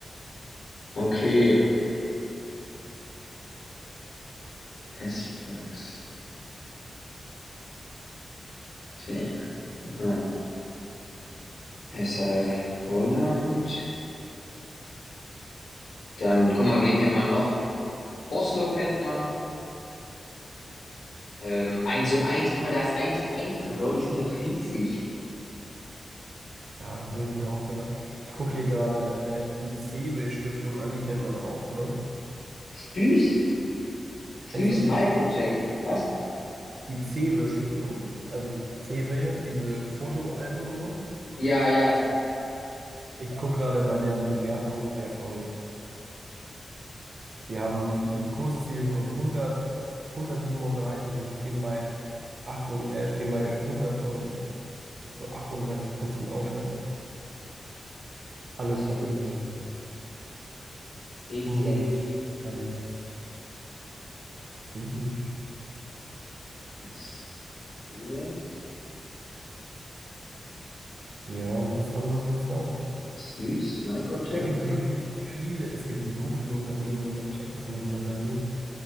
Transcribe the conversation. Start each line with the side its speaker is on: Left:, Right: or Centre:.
Left: Okay, S-Products. Ich bin echt. So, Guck mal. SAF Holland. Dann, guck mal, wen kennt man noch? Boslo kennt man. Ähm, 1 und eins, Guck mal, da ist eins und eins drin, Bro. Die sind doch riesig.
Right: Ja, das habe ich mir auch gedacht. Ich gucke hier gerade äh, die Cewe-Stiftung an, die kennt man auch, ne?
Left: Süß. Süß
Right: Kennst du?
Left: Microtech. Was?
Right: Die Cewe-Stiftung, also Cewe, diese Fotoalben und so.
Left: Ja, ja.
Right: Ich gucke gerade bei deren Bewertungen sehr verrückt. Die haben ein Kursziel von hundert hundertsiebenunddreißig und stehen bei, acht und, äh, stehen bei hundert Euro. Also 38% aufwärts. Alle
Left: C,
Right: kaufen
Left: wer
Right: low.
Left: stimmt? CC.
Right: Umsatz steigt. Sind die, sind
Left: Was? US?
Right: die? Ja, interessant, interessant.
Left: Süß Microtech.
Right: Da gibt es wirklich viele, es gibt so viele Unternehmen, ne? Man checkt das manchmal gar nicht.